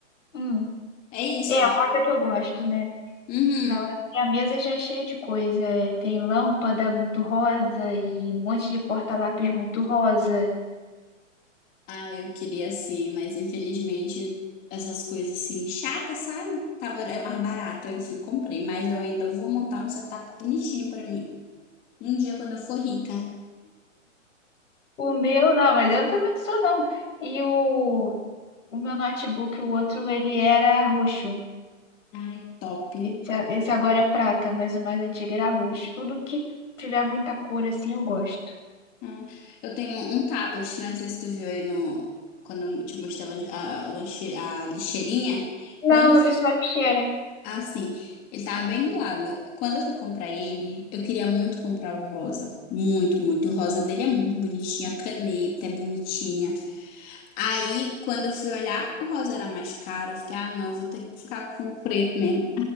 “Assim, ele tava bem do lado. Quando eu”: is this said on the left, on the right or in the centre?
Left